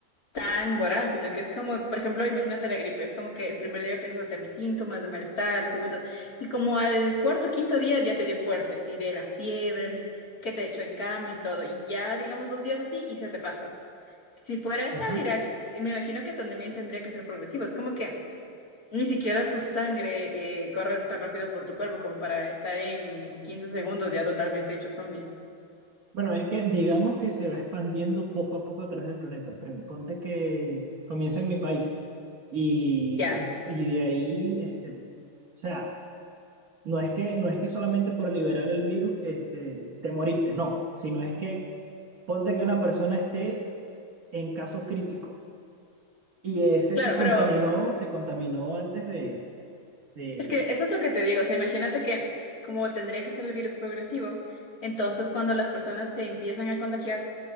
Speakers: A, on the left (about 45°); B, on the right (about 50°).
A: tan voraz, sino que es como, por ejemplo, imagínate la gripe, es como que el primer día empiezas a tener síntomas de malestar, el segundo, y como al cuarto, quinto día ya te dio fuerte, así de la fiebre, que te echó en cama y todo, y ya digamos dos días así y se te pasa. Si fuera esta
B: ajá.
A: viral, me imagino que también tendría que ser progresivo, es como que... Ni siquiera tu sangre eh, corre tan rápido por tu cuerpo como para estar en 15 segundos ya totalmente hecho zombie.
B: Bueno, es que digamos que se va expandiendo poco a poco a través del planeta. Pre- Ponte que comienza en mi país y,
A: Ya,
B: y de ahí, este, o sea, no es que, no es que solamente por liberar el virus este, te moriste, no, sino es que ponte que una persona esté en caso crítico y ese
A: claro,
B: se contaminó,
A: pero mm,
B: se contaminó antes de, de...
A: es que eso es lo que te digo. O sea, imagínate que como tendría que ser el virus progresivo, entonces cuando las personas se empiezan a contagiar,